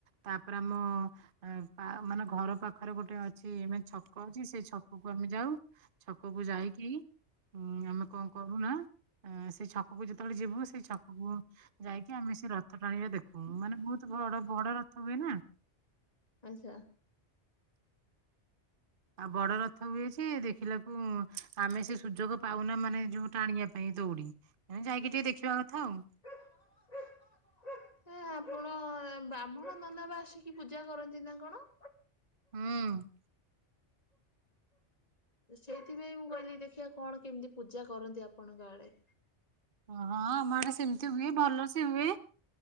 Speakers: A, on the right; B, on the left.
A: ତାପରେ ଆମ ଏଁ ପା ମାନେ ଘର ପାଖରେ ଗୋଟେ ଅ ଛି ମାନେ ଛକ ଅଛି ସେ ଛକକୁ ଆମେ ଯାଉ ଛକକୁ ଯାଇକି ଉଁ ଆମ୍ କଁ କରୁନା? ଆଁ ସେଇ ଛକକୁ ଯେତେବେଳେ ଯିବୁ ସେଇ ଛକକୁ ଯାଇକି ଆମେ ସେ ରଥ ଟାଣିବା ଦେଖୁ ମାନେ ବହୁତ ଭଡ ବଡ ରଥ ହୁଏ ନା।
B: ଆଚ୍ଛା।
A: ଆଉ ବଡ ରଥ ହୁଏ ଯେ ଦେଖିଲାକୁ ଆମେ ସେ ସୁଯୋଗ ପାଉନା ମାନେ ଯୋଉ ଟାଣିଆକୁ। ପାଇଁ ଦୌଡିମ୍ ଯାଇକି ଟିକେ ଦେଖିବା କଥା ଆଉ।
B: Hook hook. ଏଁ ଆପଣ ବ୍ରାହ୍ମଣ ନନା ପା ଆସିକି ପୂଜା କରନ୍ତି ନା କଣ?
A: ହୁଁ।
B: ସେଇଥିପାଇଁ ମୁଁ କହିଲି ଦେଖିଆ କଣ କେମତି ପୂଜା କରନ୍ତି ଆପଣଙ୍କ ଆଡେ।
A: ହଁ ଆମ ଆଡେ ସେମତି ହୁଏ ଭଲ ସେ ହୁଏ